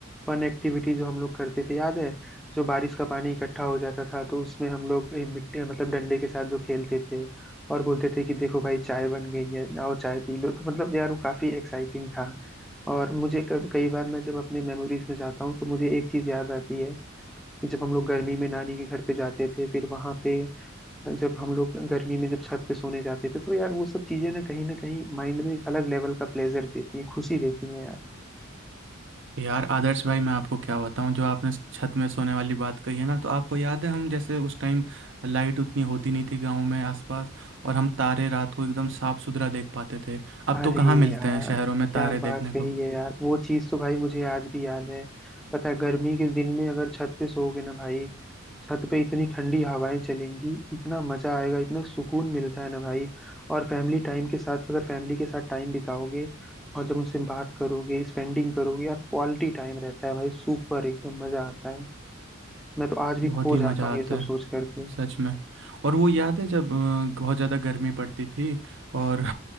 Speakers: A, in the centre; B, on the right.
A: फन एक्टिविटी जो हम लोग करते थे याद है जो बारिश का पानी इकट्ठा हो जाता था तो उसमें हम लोग ए, मिट्टी मतलब डंडे के साथ जो खेलते थे और बोलते थे कि देखो भाई चाय बन गई है आओ चाय पी लो तो मतलब यार वो काफी एक्साइटिंग था और मुझे क- कई बार मैं जब अपने मेमोरीज में जाता हूँ तो मुझे एक चीज याद आती है कि जब हम लोग गर्मी में नानी के घर पे जाते थे फिर वहां पे जब हम लोग गर्मी में जब छत पे सोने जाते थे तो यार वो सब चीजें ना कहीं ना कहीं माइंड में एक अलग लेवल का प्लेजर देती हैं खुशी देती हैं यार
B: यार आदर्श भाई मैं आपको क्या बताऊं जो आपने छत में सोने वाली बात कही है ना तो आपको याद है हम जैसे उस टाइम लाइट उतनी होती नहीं थी गांव में आसपास और हम तारे रात को एकदम साफ सुथरा देख पाते थे अब
A: अरे
B: तो कहाँ मिलते
A: यार
B: हैं शहरों में
A: क्या
B: तारे
A: बात
B: देखने
A: कही
B: को
A: है यार वो चीज तो भाई मुझे आज भी याद है पता है गर्मी के दिन में अगर छत पे सोओगे ना भाई छत पे इतनी ठंडी हवाएं चलेंगी इतना मजा आएगा इतना सुकून मिलता है ना भाई और फैमिली टाइम के साथ अगर फैमिली के साथ टाइम बिताओगे और जब उनसे बात करोगे स्पेंडिंग करोगे यार क्वालिटी टाइम रहता है भाई सुपर एकदम मजा आता है मैं तो आज भी
B: बहुत
A: खो
B: ही
A: जाता
B: मज़ा
A: हूँ
B: आता
A: ये सब सोच
B: है
A: करके
B: सच में और वो याद है जब अ, बहुत ज़्यादा गर्मी पड़ती थी और <laughs>